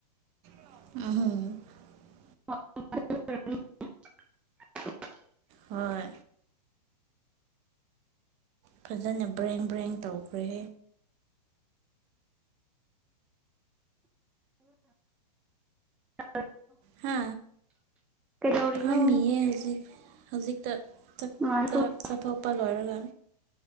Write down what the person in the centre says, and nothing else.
<inaudible>
ꯑ
ꯀꯩꯗꯧꯔꯤꯅꯣ
ꯅꯨꯡꯉꯥꯏꯔꯣ